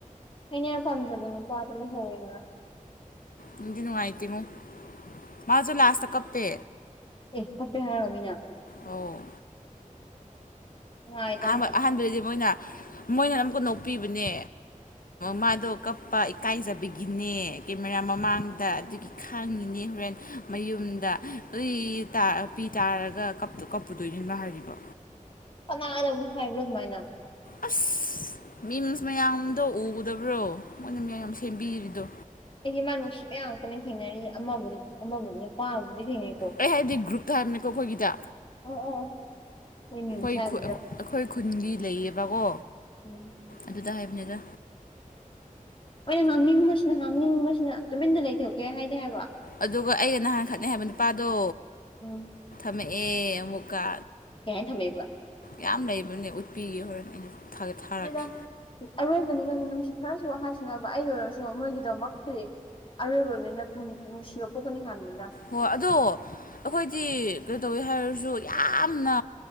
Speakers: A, on the left (about 40°); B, on the left (about 80°).
A: ꯑꯩꯅ ꯌꯥꯝ ꯄꯥꯝꯖꯕ ꯅꯨꯄꯥꯗꯣ ꯂꯩꯍꯧꯔꯦ
B: ꯅꯨꯡꯗꯤ ꯅꯨꯡꯉꯥꯢꯇꯦ ꯉꯣ ꯃꯁꯨ ꯂꯥꯁꯇꯥ ꯀꯞꯄꯦ
A: ꯑꯦ ꯐꯐꯦ ꯍꯥꯏꯔꯒ ꯃꯤꯅ
B: ꯑꯧ
A: ꯅꯨꯡꯉꯥꯏꯇꯕꯅ
B: ꯑꯍꯥꯟꯕ ꯑꯍꯥꯟꯕꯗꯗꯤ ꯃꯣꯏꯅ ꯃꯣꯏꯅ ꯑꯃꯨꯛꯀ ꯅꯣꯛꯄꯤꯕꯅꯦ ꯃꯥꯗꯣ ꯀꯞꯄ ꯏꯀꯥꯏꯖꯕꯒꯤꯅꯦ ꯀꯦꯃꯦꯔꯥ ꯃꯃꯥꯡꯗ ꯑꯗꯨꯒꯤ ꯈꯥꯡꯉꯤꯅꯦ ꯍꯣꯔꯦꯟ ꯃꯌꯨꯝꯗ ꯎꯢ ꯄꯤ ꯇꯥꯔꯒ ꯀꯞ ꯑꯗꯣ ꯀꯝꯄꯨꯗꯣꯏꯅꯤ ꯃꯥ ꯍꯥꯏꯔꯤꯕ
A: ꯄꯂꯥꯑꯅ ꯑꯃꯨꯛ ꯍꯥꯏꯕ꯭ꯔꯥ ꯑꯗꯨꯃꯥꯏꯅ
B: ꯑꯁ ꯃꯤꯝꯁ ꯃꯌꯥꯝꯗꯣ ꯎꯒꯗꯕ꯭ꯔꯣ ꯃꯣꯏꯅ ꯃꯌꯥꯝ ꯌꯥꯝ ꯁꯦꯝꯕꯤꯔꯤꯗꯣ
A: ꯑꯩꯒꯤ ꯃꯥ ꯅꯨꯡꯁꯤꯠ ꯉꯥꯛꯇꯅꯦ ꯊꯦꯡꯅꯔꯤꯁ ꯑꯃꯕꯨꯗꯤꯕꯨꯗꯤ ꯅꯨꯄꯥꯕꯨꯗꯤ ꯊꯦꯡꯅꯩ꯫
B: ꯑꯩꯅ ꯍꯥꯏꯗꯤ ꯒ꯭ꯔꯨꯞꯇ ꯍꯥꯏꯕꯅꯦꯀꯣ ꯑꯩꯈꯣꯏꯒꯤꯗ
A: ꯑꯣ ꯑꯣ ꯃꯣꯏ ꯃꯤꯝ
B: ꯑꯩꯈꯣꯏ
A: ꯁꯥꯕꯗ
B: ꯑꯩꯈꯣꯏ ꯈꯨꯟꯒꯤ ꯂꯩꯌꯦꯕꯀꯣ
A: ꯎꯝ
B: ꯑꯗꯨꯗ ꯍꯥꯏꯕꯅꯤꯗ
A: ꯑꯣꯏꯅ ꯉꯥꯡꯅꯤꯡꯕꯁꯤꯅ ꯉꯥꯡꯅꯤꯡꯕꯁꯤꯅ ꯇꯨꯃꯤꯟꯟꯅ ꯂꯩꯊꯣꯛꯀꯦ ꯍꯥꯏꯗꯤ ꯍꯥꯏꯕ
B: ꯑꯗꯨꯒ ꯑꯩꯒ ꯅꯍꯥꯟ ꯈꯠꯅꯩ ꯍꯥꯏꯕ ꯅꯨꯄꯥꯗꯣ
A: ꯎꯝ
B: ꯀꯨꯃꯛꯑꯥ ꯑꯃꯨꯛꯀꯥ
A: ꯀꯩꯥꯍꯏꯅ ꯊꯝꯃꯦꯕ
B: ꯌꯥꯝ ꯂꯩꯕꯅꯦ ꯎꯠꯄꯤꯒ ꯍꯣꯔꯦꯟ ꯑꯩꯅ ꯊꯥꯒ ꯊꯥꯔꯛꯀꯦ꯫
A: ꯑꯩꯅ ꯑꯔꯣꯏꯕꯅꯤꯅ ꯃꯤꯅꯨꯡꯁꯤꯠ ꯈꯔꯁꯨ ꯍꯥꯏꯁꯤꯅꯕ ꯑꯩ ꯑꯣꯏꯔꯁꯨ ꯃꯣꯏꯒꯤꯗꯃꯛꯇꯗꯤ ꯑꯔꯣꯏꯕ ꯃꯤꯅ ꯅꯨꯡꯁꯤꯕ ꯄꯣꯛꯀꯅꯤ ꯍꯥꯏꯕꯅꯤꯗ
B: ꯍꯣꯏ ꯑꯗꯣ ꯑꯩꯈꯣꯏꯗꯤ ꯀꯩ ꯇꯧꯋꯤ ꯍꯥꯏꯔꯁꯨ ꯌꯥꯝꯅ